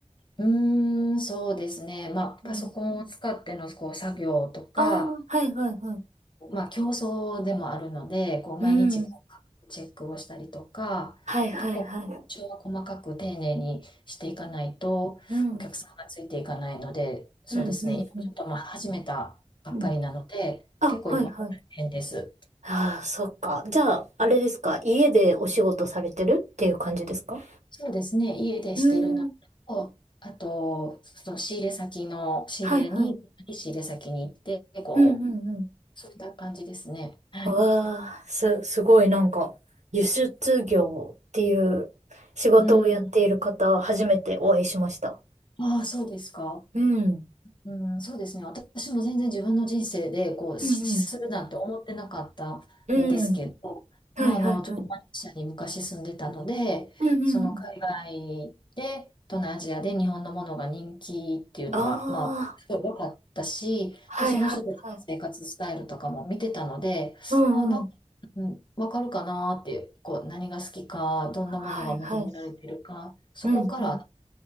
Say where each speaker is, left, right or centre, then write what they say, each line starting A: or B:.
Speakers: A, on the left; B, on the right.
A: うーん、そうですね。まあ、
B: うん。
A: パソコンを使ってのこう作業とか、
B: ああ、はいはいはい。
A: まあ、競争でもあるので、こう毎日こうチェックをしたりとか、
B: うん。はいはいはい。
A: 結構、調は細かく丁寧にしていかないと、
B: うん。
A: お客さんがついていかないので、そうですね。
B: うんうんうん。
A: 今ちょっとまあ始めたばっかりなので、
B: うんあ、
A: 結構今大変です。
B: はいはい。ああ、そっか。じゃあ、あれですか家でお仕事されてるっていう感じですか
A: そうですね。家でしてるのと、
B: うーん。
A: あと、その仕入れ先の仕入れに、
B: はいはい。
A: 仕入れ先に行って、こ
B: うんうんうん。
A: う、そういった感じですね。はい。
B: ああ、す、すごいなんか、輸出業っていう仕事をやっている方、
A: うん。
B: 初めてお会いしました。
A: ああ、そうですか。
B: うん。
A: うん、そうですね。私も全然自分の人生で、こう、
B: うんうん。
A: しするなんて思ってなかったんですけど、
B: うん。はいはいはい。
A: まあ、あの、ちょっとマレーシアに昔住んでたので、
B: うんうんうん。
A: その海外で、東南アジアで日本のものが人気っていうのが、
B: ああ、
A: まあ、すごい分かったし、
B: はいはいはい。
A: で、その人たちの生活スタイルとかも見てたので、
B: うんうん。
A: あ、なんか、うん、分かるかなっていう、こう、何が好きか、どんなものが求められてるか、
B: はいはい。
A: そこから
B: うんうん。